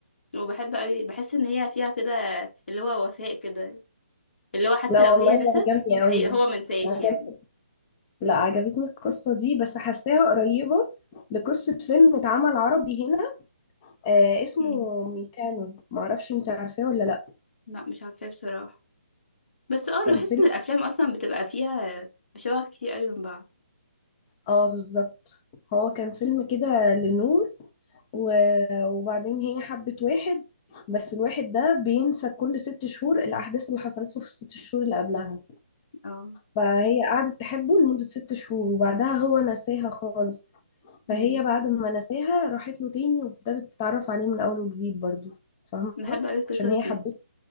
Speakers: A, on the left (about 65°); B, on the left (about 20°).
A: وبحب قوي بحس ان هي فيها كده اللي هو وفاء كده اللي هو حتى
B: لا
A: لو
B: والله
A: هي نسيت
B: عجبني قوي
A: هي هو منساش
B: عجب...
A: يعني
B: لا عجبتني القصه دي بس حاساها قريبه لقصه فيلم اتعمل عربي هنا آه اسمه
A: مم.
B: ميكانو ما اعرفش انت عارفاه ولا لا
A: لا مش عارفاه بصراحة بس اه انا
B: كان
A: بحس
B: فيلم
A: ان الافلام اصلا بتبقى فيها مشابه كتير قوي من بعض
B: اه بالظبط هو كان فيلم كده لنور و... وبعدين هي حبت واحد بس الواحد ده بينسى كل ست شهور الأحداث اللي حصلت له في الست شهور اللي قبلها
A: اه
B: فهي قعدت تحبه لمدة ست شهور وبعدها هو نساها خالص فهي
A: امم
B: بعد ما نساها راحت له تاني وابتدت تتعرف عليه من أول وجديد برضو فاهمة
A: بحب قوي القصص
B: عشان
A: دي
B: هي حبته